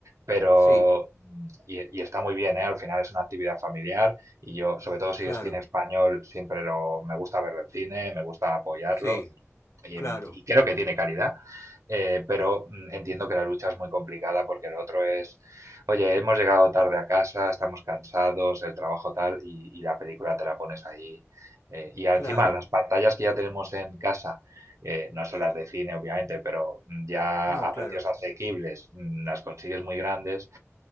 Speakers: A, on the right; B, on the left.
A: pero,
B: Sí.
A: mm, y, y está muy bien, ¿eh? Al final es una actividad familiar y yo, sobre todo si
B: Claro.
A: es cine español, siempre lo, me gusta verlo en cine, me gusta apoyarlo
B: Sí.
A: y,
B: Claro.
A: y creo que tiene calidad. Eh, pero mm, entiendo que la lucha es muy complicada porque lo otro es, oye, hemos llegado tarde a casa, estamos cansados, el trabajo tal, y, y la película te la pones ahí. Eh, y encima
B: Claro.
A: las pantallas que ya tenemos en casa, eh, no son las de cine obviamente, pero mm, ya
B: No,
A: a
B: claro.
A: precios asequibles mm, las consigues muy grandes,